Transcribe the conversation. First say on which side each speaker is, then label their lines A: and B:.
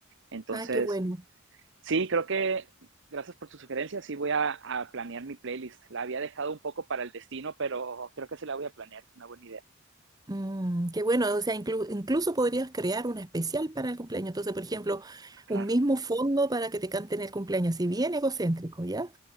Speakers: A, on the right (about 65°); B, on the right (about 20°).
A: Entonces,
B: Ah, qué bueno.
A: sí, creo que gracias por tu sugerencia. Sí, voy a, a, planear mi playlist. La había dejado un poco para el destino, pero creo que se la voy a planear. Es una buena idea.
B: Mm, qué bueno, o sea, inclu- incluso podrías crear una especial para el cumpleaños. Entonces, por ejemplo,
A: Claro.
B: un mismo fondo para que te canten el cumpleaños, si bien egocéntrico, ¿ya?